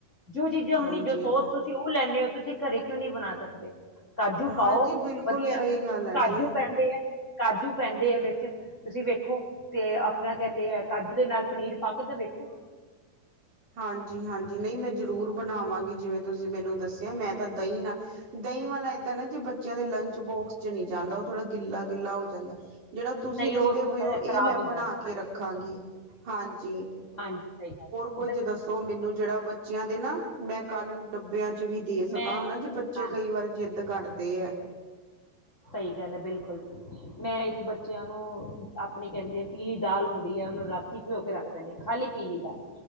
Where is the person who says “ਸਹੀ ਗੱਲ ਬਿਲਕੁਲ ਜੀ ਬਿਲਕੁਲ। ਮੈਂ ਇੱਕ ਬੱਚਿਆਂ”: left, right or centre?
Left